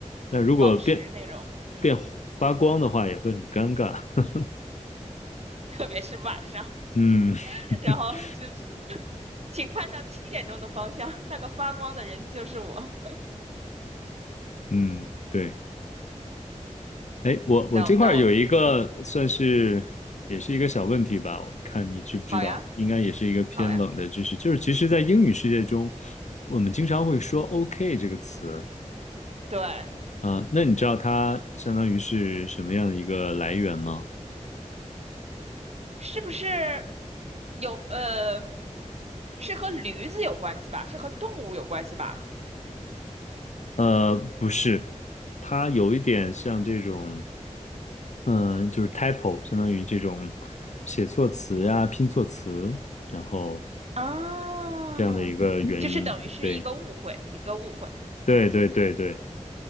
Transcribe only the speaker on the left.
但如果变
变发光的话，也会很尴尬。<laughs>
嗯 <laughs>
嗯，对。哎，我我这块儿有一个算是也是一个小问题吧，
我看你知不知道，
应该也是一个偏冷的知识，
就是其实，在英语世界中，我们经常会说 “OK” 这个词
啊，那你知道它相当于是什么样的一个来源吗？
呃，不是，它有一点像这种，嗯、就是 typo，相当于这种写错词呀、拼错词，然后
这样的一个原因。
对，
对，对，对，对。